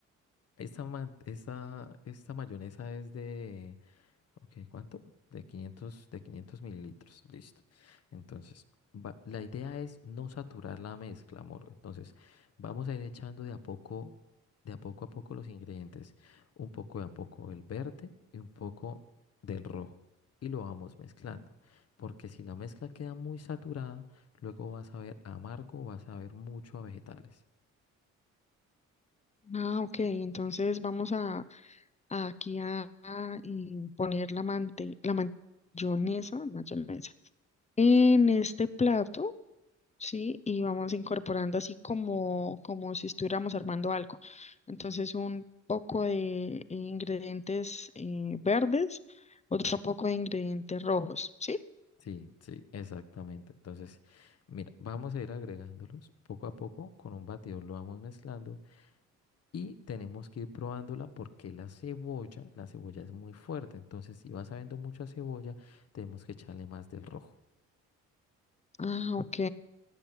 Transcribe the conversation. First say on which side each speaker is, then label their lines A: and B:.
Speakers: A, on the left; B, on the left.
A: Esta, ma- esta, esta mayonesa es de... Ok, ¿cuánto? De quinientos de 500 mililitros, listo. Entonces, va- la idea es no saturar la mezcla, amor. Entonces, vamos a ir echando de a poco, de a poco a poco los ingredientes. Un poco de a poco el verde y un poco del rojo. Y lo vamos mezclando. Porque si la mezcla queda muy saturada, luego vas a ver amargo, vas a ver mucho a vegetales.
B: Ah, ok, entonces vamos a, a aquí a, a, y poner la mante, la mayonesa, mayonesa en este plato Sí, y vamos incorporando así como, como si estuviéramos armando algo. Entonces, un poco de ingredientes eh, verdes, otro poco de ingredientes rojos, ¿sí?
A: Sí, sí, exactamente. Entonces, mira, vamos a ir agregándolos poco a poco con un batidor, lo vamos mezclando y tenemos que ir probándola porque la cebolla, la cebolla es muy fuerte. Entonces, si vas sabiendo mucha cebolla, tenemos que echarle más del rojo.
B: Ah, ok.